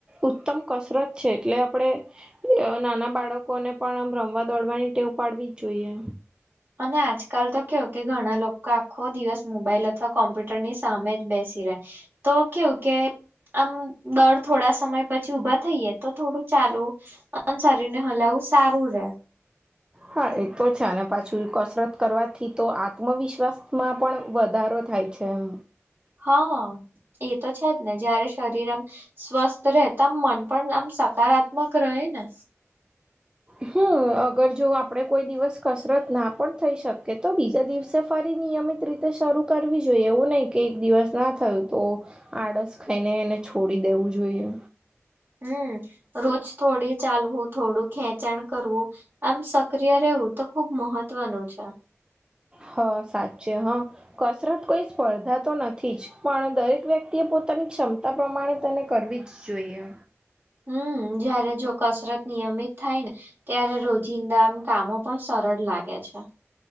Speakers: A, on the right (about 20°); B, on the right (about 45°).
A: ઉત્તમ કસરત છે, એટલે આપણે નાના બાળકોને પણ આ. મવા, દોડવાની ટેવું પાડવી જ જોઈએ.
B: અને આજકાલ, તો કેયો કે ઘણા લોકો આખો દિવસ મોબાઈલ, અથવા કોમ્પ્યુટર ની સામે જ બેસે <unintelligible> તો કેવું, કે આમ દર થોડા, સમય પછી, ઉભા થઈએ, તો થોડું ચાલવું શરીર ને હલાવવું સારું રે
A: હા, એ તો છે, અને પાછું કસરત કરવાથી તો આત્મવિશ્વાસમા પણ વધારો. થાય છે, એમ
B: હા, એ તો છેજ, ને જયારે શરીર આમ સ્વસ્થ રહેતા, આમ મન પણ આમ સકારાત્મક, રહે ને
A: હ હમ, અગર જો આપડે કોઈ દિવસ કસરત ના પણ થઈ, શકે તો બીજા દિવસ સફારી નિયમિત રીતે શરૂ કરવી જોઈએ એવું નહીં, કે એક દિવસના થયું તો આળસ ખાઈને, એને છોડી દેવું જોઈએ.
B: હમ, રોજ થોડી ચાલવું થોડું, ખેંચાણ કરવું આમ સક્રિય રહે એવ, તો ખુબ મહત્વનું છે
A: હ, સાચે હ કસરત કોઈ સ્પર્ધા, તો નથી જ પણ દરેક, વ્યક્તિએ પો તની, ક્ષમતા પ્રમાણે તને કરવી જ જોઈએ
B: હમ, જયારે જો કસરત નિયમિત થાયને, ત્યારે રોજિંદા કામો પણ સરળ લાગે છે.